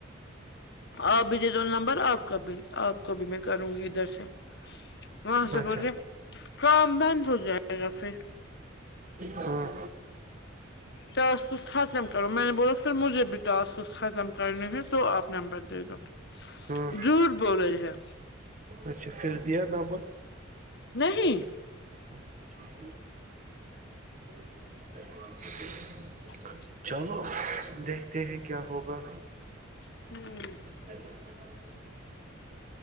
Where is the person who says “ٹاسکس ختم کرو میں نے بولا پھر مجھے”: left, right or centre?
Left